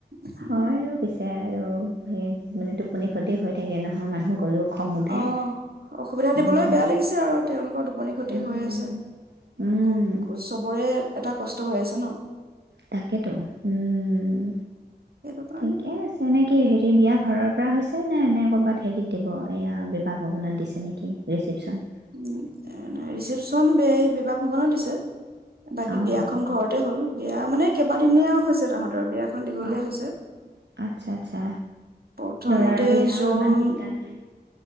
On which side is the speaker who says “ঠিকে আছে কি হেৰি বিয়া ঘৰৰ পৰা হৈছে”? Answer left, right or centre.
Right